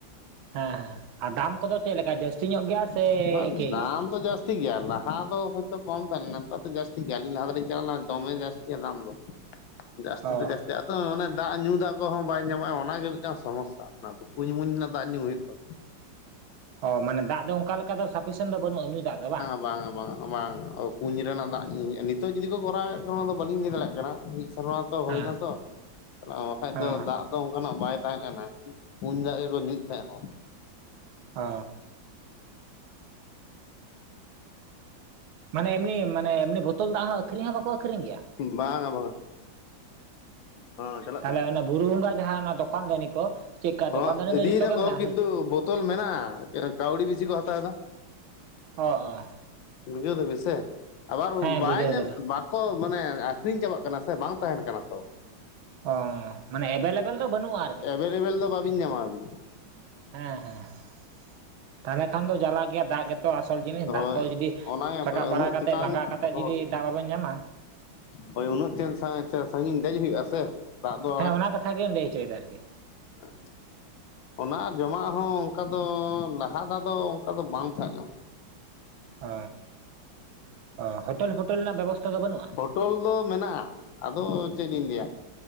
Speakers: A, on the right; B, on the left.
A: ᱦᱮᱸ ᱦᱮᱸ ᱟᱨ ᱫᱟᱢ ᱠᱚᱫᱚ ᱪᱮᱫᱞᱮᱠᱟ ᱡᱟᱹᱥᱛᱤ ᱧᱚᱜ ᱜᱮᱭᱟ ᱥᱮ
B: ᱦᱟᱸᱜ
A: ᱮᱤᱠᱮᱭ
B: ᱫᱟᱢ
A: ᱜᱮᱭᱟ?
B: ᱫᱚ ᱡᱟᱹᱥᱛᱤ ᱜᱮᱭᱟ ᱞᱟᱦᱟ ᱫᱚ ᱦᱳᱭᱛᱳ ᱠᱚᱢ ᱴᱤᱠ ᱜᱮᱭᱟ ᱞᱟᱦᱟ ᱫᱚ ᱦᱚᱭ ᱛᱚ ᱠᱚᱢ ᱛᱟᱦᱮ ᱞᱮᱱᱟ ᱱᱮᱛᱟᱨ ᱫᱚ ᱡᱟᱹᱥᱛᱤ ᱜᱮᱭᱟ ᱟᱹᱞᱤᱧ ᱞᱟᱦᱟ ᱫᱚᱞᱤᱧ ᱪᱟᱞᱟᱣ ᱞᱮᱱᱟ ᱫᱚᱢᱮ ᱡᱟᱹᱥᱛᱤᱭᱟ ᱫᱟᱢ ᱫᱚ ᱡᱟᱥᱛᱤ
A: ᱚ
B: ᱛᱮ ᱡᱟᱥᱛᱤ ᱚᱱᱮ ᱫᱟᱜ ᱧᱩ ᱫᱟᱜ ᱠᱚᱦᱚᱸ ᱵᱟᱭ ᱧᱟᱢᱚᱜ-ᱟ ᱚᱱᱟᱜᱮ ᱢᱤᱫᱴᱟᱝ ᱥᱚᱢᱚᱥᱟ ᱾ ᱠᱩᱸᱧ ᱢᱩᱧ ᱨᱮᱱᱟᱜ ᱫᱟᱜ ᱧᱩ ᱦᱩᱭᱩᱜ ᱛᱟᱢᱟ ᱾
A: ᱚ ᱢᱟᱱᱮ ᱫᱟᱜ ᱫᱚ ᱚᱱᱠᱟ ᱞᱮᱠᱟ ᱫᱚ ᱥᱟᱯᱷᱤᱥᱮᱱᱴ ᱫᱚ ᱵᱟᱹᱱᱩᱜ-ᱟ ᱧᱩ ᱫᱟᱜ ᱫᱚ ᱵᱟᱝ
B: ᱵᱟᱝ -ᱟ ᱵᱟᱝ-ᱟ ᱵᱟᱝ ᱠᱩᱧ ᱨᱮᱱᱟᱜ ᱫᱟᱜ ᱧᱩ-ᱟ ᱱᱤᱛᱚᱜ ᱡᱩᱫᱤ ᱠᱚ ᱠᱚᱨᱟᱣᱮᱫ ᱚᱱᱟ ᱫᱚ ᱵᱟᱹᱞᱤᱧ ᱞᱟᱹᱭ ᱫᱟᱲᱮᱭᱟᱜ ᱠᱟᱱᱟ ᱾ᱢᱤᱫ ᱥᱮᱨᱢᱟ ᱛᱚ ᱦᱩᱭᱱᱟ
A: ᱦᱮᱸ
B: ᱛᱚ ᱵᱟᱠᱟᱡ
A: ᱦᱮᱸ
B: ᱫᱚ ᱫᱟᱜ ᱫᱚ ᱚᱱᱠᱟᱱᱟᱜ ᱵᱟᱭ ᱛᱟᱦᱮᱸᱞᱮᱱᱟ, ᱠᱩᱧ ᱫᱟᱜ ᱜᱮᱠᱚ ᱧᱩ ᱛᱟᱦᱮᱸᱜ ᱦᱚᱲ
A: ᱚᱼᱼᱼᱼᱼ ᱢᱟᱱᱮ ᱮᱢᱱᱤ ᱢᱟᱱᱮ ᱮᱢᱱᱤ ᱵᱳᱛᱚᱞ ᱫᱟᱜ ᱦᱚᱸ ᱟᱹᱠᱷᱨᱤᱧ ᱦᱚᱸ ᱵᱟᱠᱚ ᱟᱹᱠᱷᱨᱤᱧ ᱜᱮᱭᱟ
B: ᱵᱟᱝᱟ ᱵᱟᱝᱟ ᱦᱮᱸ ᱪᱟᱞᱟᱜ
A: ᱛᱟᱦᱚᱞᱮ
B: ᱠᱟᱱ
A: ᱚᱱᱟ ᱵᱩᱨᱩ ᱵᱚᱸᱜᱟ ᱡᱟᱦᱟᱸ ᱚᱱᱟ ᱫᱚᱠᱟᱱ ᱫᱟᱹᱱᱤ ᱠᱚ ᱪᱮᱫᱠᱟ ᱫᱚᱠᱟᱱ
B: ᱦᱚ
A: ᱫᱟᱹᱱᱤ ᱫᱚ
B: ᱤᱫᱤᱭ
A: ᱡᱷᱚᱛᱚ
B: ᱫᱟᱠᱚ
A: ᱜᱮ ᱢᱮᱱᱟᱜᱼᱟ
B: ᱠᱤᱱᱛᱩ
A: ᱥᱮ
B: ᱵᱳᱛᱚᱞ ᱢᱮᱱᱟᱜ-ᱟ ᱠᱟᱹᱣᱰᱤ ᱵᱤᱥᱤ ᱠᱚ ᱦᱟᱛᱟᱣ ᱮᱫᱟ
A: ᱚ ᱚ
B: ᱵᱩᱡᱟᱹᱣ ᱫᱟᱹᱵᱤᱱ ᱥᱮ ᱟᱵᱟᱨ
A: ᱦᱮᱸ
B: ᱵᱟᱭ
A: ᱵᱩᱡᱷᱟᱹᱣ
B: ᱧᱟᱢᱮᱫ
A: ᱫᱟᱞᱤᱧ
B: ᱠᱚ ᱢᱟᱱᱮ ᱟᱠᱷᱨᱤᱧ ᱪᱟᱵᱟᱜ ᱠᱟᱱᱟ ᱥᱮ ᱵᱟᱝ ᱛᱟᱦᱮᱱ ᱠᱟᱱᱟ ᱛᱚ
A: ᱚᱻ ᱢᱟᱱᱮ ᱮᱵᱮᱞᱮᱵᱮᱞ ᱫᱚ ᱵᱟᱹᱱᱩᱜ-ᱟ
B: ᱮᱵᱮᱞᱮᱵᱮᱞ ᱫᱚ ᱵᱟᱵᱤᱱ ᱧᱟᱢᱟ ᱟᱹᱵᱤᱱ
A: ᱦᱮᱻᱸ ᱦᱮᱸᱮᱸ ᱛᱟᱦᱚᱞᱮ ᱠᱷᱟᱱ ᱫᱚ ᱡᱟᱞᱟ ᱜᱮᱭᱟ ᱫᱟᱜ ᱜᱮᱛᱚ ᱟᱥᱚᱞ ᱡᱤᱱᱤᱥ
B: ᱦᱳᱭ
A: ᱫᱟᱜ ᱠᱚ ᱡᱩᱫᱤ
B: ᱚᱱᱟ
A: ᱨᱟᱠᱟᱵ ᱵᱟᱲᱟ
B: ᱩᱱᱟᱹᱜ
A: ᱠᱟᱛᱮᱫ
B: ᱪᱮᱛᱟᱱ
A: ᱞᱟᱸᱜᱟ ᱠᱟᱛᱮᱫ
B: ᱦᱳ
A: ᱡᱩᱫᱤ ᱫᱟᱜ ᱵᱟᱵᱮᱱ ᱧᱟᱢᱟ
B: ᱦᱳᱭ ᱩᱱᱟᱹᱜ ᱪᱮ ᱥᱟᱺᱜᱤᱧ ᱫᱮᱡ ᱦᱩᱭᱩᱜ-ᱟ ᱥᱮ ᱫᱟᱜ ᱫᱚ
A: ᱦᱮᱸ ᱚᱱᱟ ᱠᱟᱛᱷᱟᱜᱤᱧ ᱞᱟᱹᱭ ᱚᱪᱚᱭᱫᱟ ᱟᱨᱠᱤ
B: ᱚ <inaudible> ᱚᱱᱟ ᱡᱚᱢᱟᱜ ᱦᱚᱸ ᱚᱱᱠᱟ ᱫᱚ ᱞᱟᱦᱟ ᱫᱟᱣ ᱫᱚ ᱚᱱᱠᱟ ᱫᱚ ᱵᱟᱝ ᱛᱟᱦᱮᱸ ᱞᱮᱟᱱᱟ ᱾
A: ᱚ ᱚ ᱦᱳᱴᱮᱞ ᱯᱷᱚᱴᱮᱞ ᱨᱮᱱᱟᱜ ᱵᱮᱵᱚᱥᱛᱷᱟ ᱫᱚ ᱵᱟᱹᱱᱩᱜ-ᱟ?
B: ᱵᱚᱴᱚᱞ ᱫᱚ ᱢᱮᱱᱟᱜ-ᱟ ᱾ ᱟᱫᱚ ᱪᱮᱫ ᱤᱧ ᱞᱟᱹᱭᱟ,